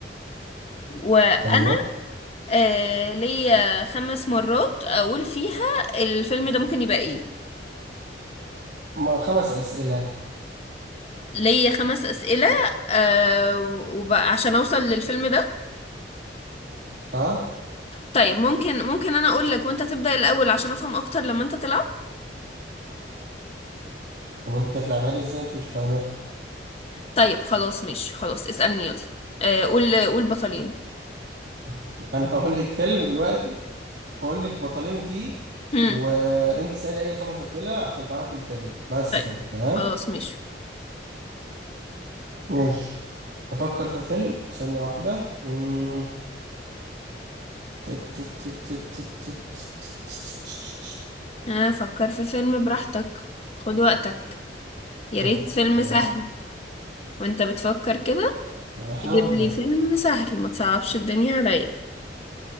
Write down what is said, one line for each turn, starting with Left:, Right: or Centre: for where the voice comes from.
Left: وانا
Right: ايوه
Left: آه ليا خمس مرات اقول فيها الفيلم ده ممكن يبقى ايه
Right: ما خمس اسئلة
Left: ليا خمس أسئلة آه وبقى عشان أوصل للفيلم ده
Right: اه
Left: طيب ممكن ممكن أنا أقول لك وأنت تبدأ الأول عشان أفهم أكتر لما أنت تلعب
Right: طب انت هتلعبها لي ازاي انت مش فاهمها
Left: طيب خلاص ماشي خلاص اسألني يلا آه قول قول بطلين
Right: <laughs> انا هقول لك فيلم دلوقتي هقول لك بطلين فيه
Left: هم
Right: وانت اسالي اي خمس اسئله عشان تعرفي الفيلم بس
Left: طيب
Right: كده تمام
Left: خلاص ماشي
Right: ماشي افكر في فيلم ثانيه واحده مم. تت- تت- تت- تت- تت- تت-
Left: آه فكر في فيلم براحتك خد وقتك يا
Right: ما
Left: ريت فيلم
Right: أقدر.
Left: سهل
Right: أهو.
Left: وأنت بتفكر كده
Right: انا بحاول
Left: تجيب لي فيلم سهل ما تصعبش الدنيا عليا